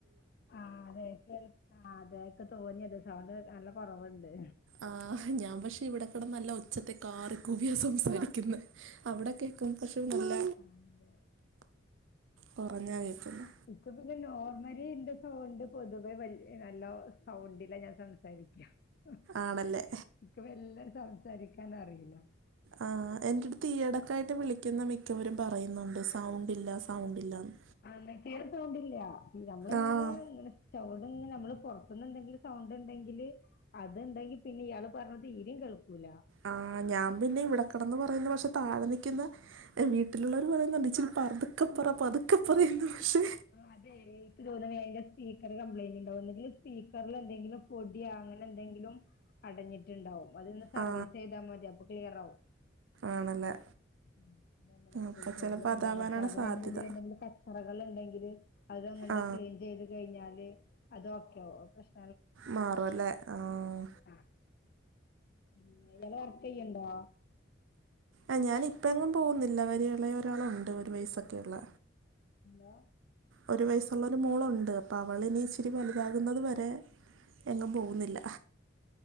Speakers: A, on the left; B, on the right.
A: ആഹ് അതെ <unintelligible> ആഹ് അതെ എനിക്ക് തോന്നിയത് സൗണ്ട് നല്ല കൊറവെണ്ട്
B: ആഹ് ഞാൻ പക്ഷെ ഇവിടെ കിടന്ന് നല്ല ഉച്ചത്തി കാറി കൂവിയാ സംസാരിക്കുന്നെ അവിടൊക്കെ <unintelligible> നല്ല
A: ആണല്ലേ
B: കൊറഞ്ഞാ കേക്കുന്നേ
A: ഇപ്പ പിന്നെ നോർമലി ഇന്റെ സൗണ്ട് പൊതുവേ വൽ നല്ല സൗണ്ടിലാ ഞാൻ സംസാരിക്ക്യാ ആ
B: ആണല്ലേ
A: എനിക്ക് മെല്ലെ സംസാരിക്കാൻ അറിയില്ല
B: ആഹ് എൻ്റെടുത്ത് ഈയെടെക്കായിട്ട് വിളിക്കുന്ന മിക്കവരും പറയുന്നുണ്ട് സൗണ്ടില്ല സൗണ്ടില്ലാന്ന്
A: ആന്ന് തീരെ സൗണ്ടില്ല നമ്മള് ഇങ്ങനെ
B: ആ
A: ഇങ്ങനെ സൗണ്ടിങ്ങനെ നമ്മള് പുറത്തുന്ന് എന്തെങ്കിലും സൗണ്ട് ഇണ്ടെങ്കില് അതിണ്ടെങ്കി പിന്നെ ഇയാള് പറഞ്ഞ തീരേം കേൾക്കൂലാ
B: ആഹ് ഞാൻ പിന്നെ ഇവിടെ കെടന്ന് പറയുന്ന പക്ഷെ താഴെ നിക്ക്ന്ന വീട്ടിലുള്ളവർ പറയുന്നുണ്ട് ഇച്ചിരി പതുക്കെപ്പറ പതുക്കെപ്പറയെന്ന് പക്ഷെ
A: അതെ എനിക്ക് തോന്നണെ അതിൻ്റെ സ്പീക്കർ കംപ്ലയിന്റ് എണ്ടാവുന്ന് <unintelligible> സ്പീക്കറിൽ എന്തെങ്കിലും പൊടിയാ അങ്ങനെ എന്തെങ്കിലും അടഞ്ഞിട്ടിണ്ടാവും അതൊന്ന് സർവീസ്
B: ആ
A: ചെയ്താ മതി അപ്പ ക്ലിയറാവും
B: ആണല്ലേ
A: ഉം നമ്മള് മൊബൈൽ
B: അപ്പോൾ
A: ഷോപ്പില്
B: ചിലപ്പോൾ
A: കൊണ്ടെ
B: അതാവാനാണ്
A: കൊടുത്ത അവര്
B: സാധ്യത
A: അതിൻ്റെ ഉള്ളില് എന്തെങ്കിലും ക റകൾ എണ്ടെങ്കില് അതങ്ങട്
B: ആ
A: ക്ലീൻ ചെയ്ത് കഴിഞ്ഞാല് അതോക്കെയാവും അപ്പ പ്ര
B: മാറുവല്ലേ ആഹ്
A: ആഹ് പിന്നെ ഇയാള് വർക്കെയ്യിണ്ടോ
B: ആഹ് ഞാനിപ്പ എങ്ങും പോകുന്നില്ല ഒരു ഇളയ ഒരാളുണ്ട് ഒരു വയസൊക്കെ ഇള്ള
A: ഹലോ
B: ഒരു വയസ്സുള്ളൊരു മോളുണ്ട് അപ്പൊ അവള് ഇനി ഇച്ചിരി വലുതാകുന്നത് വരെ എങ്ങും പോകുന്നില്ല